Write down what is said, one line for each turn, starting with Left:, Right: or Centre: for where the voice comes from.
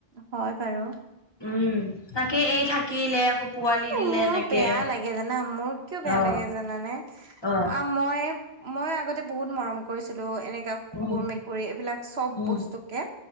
Right: হয় বাৰু,
Left: উম, তাকে এই থাকিলে আকৌ' পোৱালি দিলে
Right: মোৰ
Left: এনেকে
Right: বেয়া লাগে জানা, মোৰ কিয় বেয়া
Left: অ
Right: লাগে জানানে
Left: অ
Right: মই, মই আগতে বহুত মৰম কৰিছিলোঁ। এনেকা কুকুৰ,
Left: উম
Right: মেকুৰী, এইবিলাক চব
Left: উম
Right: বস্তুকে,